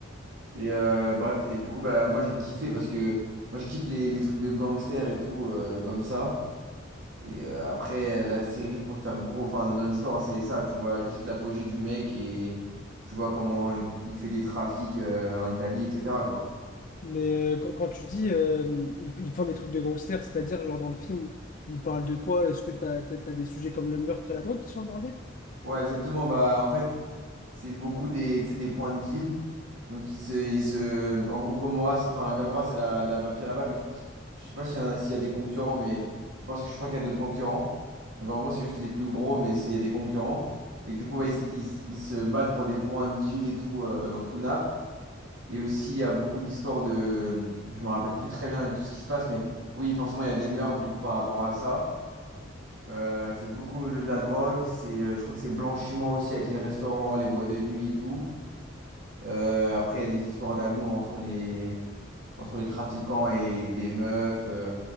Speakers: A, on the right; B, on the left.
A: Et euh, bref, et du coup, bah, moi j'ai kiffé parce que moi je kiffe les, les trucs de gangsters et tout euh, comme ça. Et euh, après, la série, pour te faire gros, enfin, dans l'histoire, c'est ça, tu vois, juste l'apogée du mec et tu vois comment il, il fait des trafics euh, en Italie, etc., quoi.
B: Mais euh, quand, quand tu dis euh, ils, f- ils font des trucs de gangsters, c'est-à-dire, genre dans le film, ils parlent de quoi? Est-ce que t'as, t'as, t'as des sujets comme le meurtre et la drogue qui sont abordés?
A: Ouais, exactement. Bah, en fait, c'est beaucoup des, tu sais, des points de deal. Donc, il se, il se... En gros, Gomorrah, c'est... Enfin, Gomorrah, c'est la, la mafia là-bas, mais je crois que... Je sais pas s'il y en a, s'il y a des concurrents, mais je pense que je crois qu'il y a d'autres concurrents. Donc, en gros, c'est juste les plus gros, mais c'est, il y a des concurrents. Et du coup, ouais, ils, ils- ils se battent pour des points de deal et tout euh, dans tout Naples. Et aussi, il y a beaucoup d'histoires de... Je me rappelle plus très bien de tout ce qui se passe, mais oui, forcément, il y a des meurtres du coup par rapport à ça. Euh, c'est beaucoup de la drogue, c'est, euh, je crois que c'est blanchiment aussi avec les restaurants, les boîtes de nuit et tout. Euh, après, il y a des histoires d'amour entre les... entre les trafiquants et des meufs. euh,